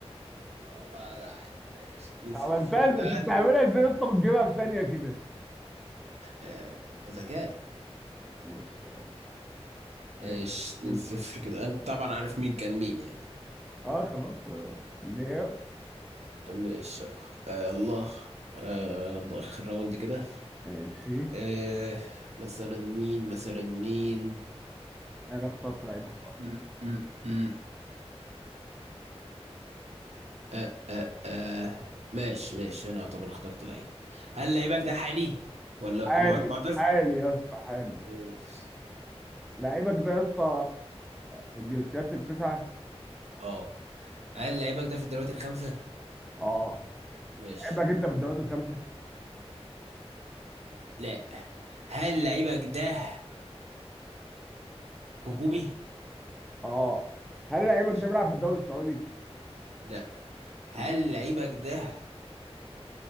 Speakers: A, on the right (about 80°); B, in the centre.
A: والله أنا عارف. 2
B: عملتها
A: 0 انت
B: ازاي
A: يعني
B: انت بتعملها ازاي يا اسطى بتجيبها في ثانيه كده
A: آه، ذكاء
B: ماشي ماشي
A: ايش 2
B: نيوكاسل
A: 0 كده انت طبعا عارف مين كان مين يعني
B: اه خلاص آه. ليو
A: ماشي آه الله آه الله اخر راوند كده
B: ماشي
A: آه مثلا مين مثلا مين
B: انا اخترت لعيب خلاص
A: م- م- م- آه آه آه ماشي ماشي انا اعتبر اخترت لعيب هل لعيبك ده حالي
B: <laughs>
A: ولا
B: حالي
A: معت- معتز
B: حالي يا اسطى حالي
A: ماشي.
B: لعيبك ده يا اسطى في الجنسيات التسعة
A: اه هل لعيبك ده في الدوريات الخمسة
B: اه
A: ماشي
B: لعيبك انت في الدوريات الخمسة
A: لا هل لعيبك ده هجومي
B: اه هل لعيبك
A: ماشي
B: ده بيلعب في الدوري السعودي؟
A: لا هل
B: آه.
A: لعيبك ده